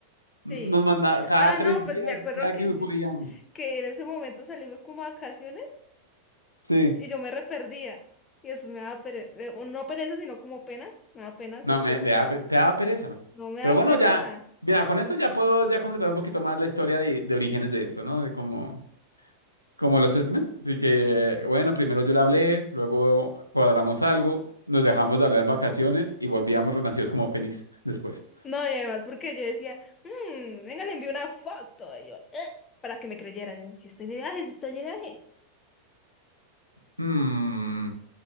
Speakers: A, on the left; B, on the left.
A: Nos
B: Sí.
A: mandaba cada
B: Ah,
A: tres
B: no,
A: días,
B: pues me acuerdo
A: cada
B: que,
A: que podíamos.
B: que en ese momento salimos como a vacaciones
A: Sí.
B: y yo me re perdía. Y después me daba pereza, no pereza, sino como pena, me daba pena
A: No,
B: y después
A: me, le da pe- te daba pereza.
B: no me
A: Pero
B: da
A: bueno,
B: pereza.
A: ya, mira, con esto ya puedo ya completar un poquito más la historia de, de orígenes de esto, ¿no? De cómo... Como los X-Men, así que, bueno, primero yo le hablé, luego cuadramos algo, nos dejamos de hablar en vacaciones y volvíamos renacidos como Fénix después.
B: No, y además, porque yo decía, "Mm, venga, le envío una foto. Y yo, "Eh", para que me creyera. Yo, si estoy de viaje, si estoy de viaje.
A: Hmm,